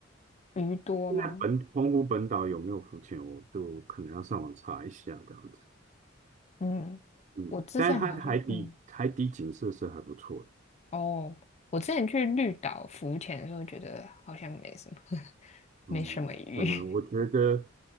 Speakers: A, on the left; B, on the right.
A: 鱼多吗？
B: 现在本洪湖本岛有没有浮潜，我就可能要上网查一下这样子。
A: 嗯，
B: 嗯，
A: 我之前好像，
B: 但是它海底海底景色是还不错的。
A: 嗯，哦，我之前去绿岛浮潜的时候，觉得好像没什么，<laughs> 没什么鱼。
B: 嗯，可能我觉得
A: <laughs>